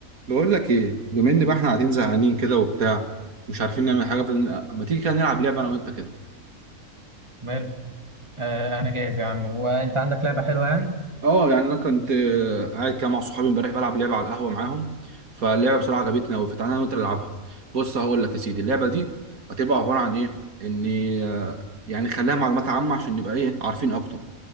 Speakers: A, on the right (about 75°); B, on the right (about 20°).
A: بقول لك ايه بما ان بقى احنا قاعدين زهقانين كده وبتاع مش عارفين نعمل حاجه فما تيجي كده نلعب لعبه انا وانت كده
B: ماله آه انا جاهز يا عم وانت عندك لعبه حلوه يعني
A: اه يعني انا كنت آه، قاعد كده مع صحابي امبارح بلعب لعبه على القهوه معاهم فاللعبه بصراحه عجبتنا قوي فتعالى انا وانت نلعبها بص هقول لك يا سيدي اللعبه دي هتبقى عباره عن ايه ان آه، يعني خليها معلومات عامه عشان نبقى ايه عارفين اكتر